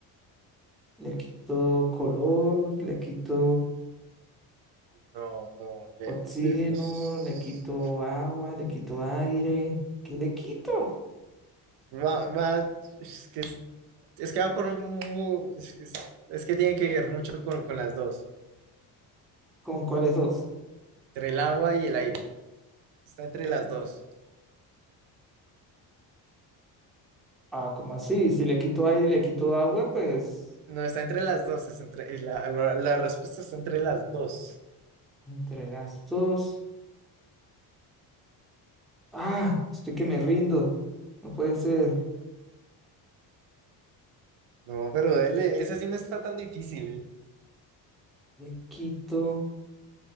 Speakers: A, in the centre; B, on the right.
A: le quito color, le quito
B: No, no, lejos,
A: oxígeno,
B: lejos.
A: le quito agua, le quito aire. ¿Qué le quito?
B: Va, va, es que, es que va por mu- es, es- es que tiene que ver mucho con, con las dos,
A: ¿Con cuáles dos?
B: entre el agua y el aire. Está entre las dos.
A: Ah, ¿cómo así? Si le quito aire y le quito agua, pues
B: No, está entre las dos, es entre, la, la- la respuesta está entre las dos.
A: entre las dos. Ah, estoy que me rindo. No puede ser.
B: No, pero dele, esa sí no está tan difícil.
A: Le quito.